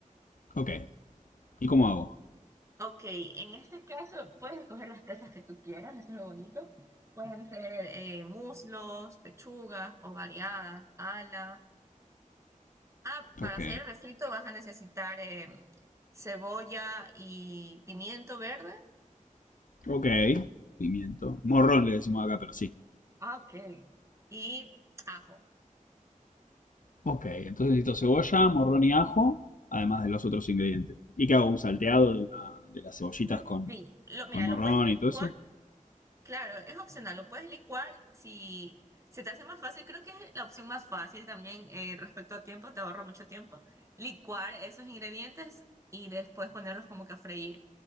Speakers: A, on the left; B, on the right.
A: Ok. ¿Y cómo hago?
B: Ok, en este caso puedes escoger las presas que tú quieras, eso es lo bonito. Pueden ser eh, muslos, pechugas, variadas, ala. Ah, para
A: Ok.
B: hacer el refrito vas a necesitar eh, cebolla y pimiento verde.
A: Ok. Pimiento. Morrón le decimos acá, pero sí.
B: Ah, Ok. Y ajo.
A: Ok, entonces necesito cebolla, morrón y ajo, además de los otros ingredientes. ¿Y qué hago? ¿Un salteado de, la- de las cebollitas
B: Sí,
A: con,
B: sí. Lo, mira,
A: con morrón
B: lo puedes licuar
A: y todo eso?
B: Claro, es opcional, lo puedes licuar si se te hace más fácil, creo que es la opción más fácil también eh, respecto a tiempo, te ahorra mucho tiempo, licuar esos ingredientes y después ponerlos como que a freír